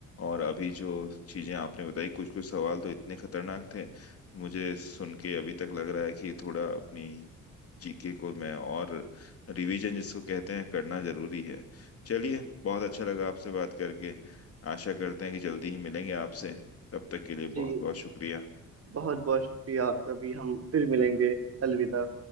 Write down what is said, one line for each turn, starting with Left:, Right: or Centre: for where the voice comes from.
Left: और अभी जो चीज़ें आपने बताई कुछ कुछ सवाल तो इतने खतरनाक थे तो मुझे सुन के अभी तक लग रहा है कि थोड़ा अपनी जीके को मैं और रिवीजन जिसको कहते हैं करना जरूरी है चलिए बहुत अच्छा लगा आपसे बात करके आशा करते हैं कि जल्दी ही मिलेंगे आपसे तब तक के लिए
Right: जी
Left: बहुत बहुत शुक्रिया
Right: बहुत बहुत शुक्रिया आपका भी हम फिर मिलेंगे अलविदा